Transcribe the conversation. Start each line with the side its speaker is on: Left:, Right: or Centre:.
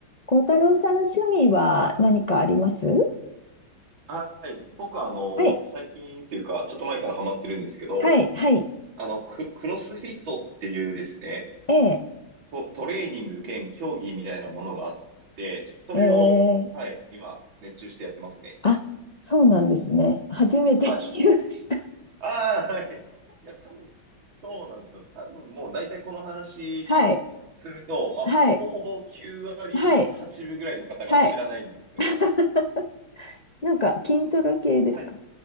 Left: 孝太郎さん、趣味は何かあります
Right: はい。僕はあの、
Left: はい、
Right: 最近っていうか、ちょっと前からハマってるんですけど、
Left: はい、はい。
Right: あの、ク、クロスフィットっていうですね、
Left: ええ、
Right: ト、トレーニング兼競技みたいなものがあって、ちょっとそれを、
Left: えー、
Right: はい、今、熱中してやってますね。
Left: あ、そうなんですね。初めて聞きました。
Right: はい。ああ、はい。いや、多分、そうなんですよ。多分もう大体この話
Left: はい、
Right: すると、まあ、
Left: はい、
Right: ほぼほぼ9割8分ぐらいの方が知らないんですよね。
Left: はい、はい。<laughs> なんか、筋トレ系ですか
Right: はい。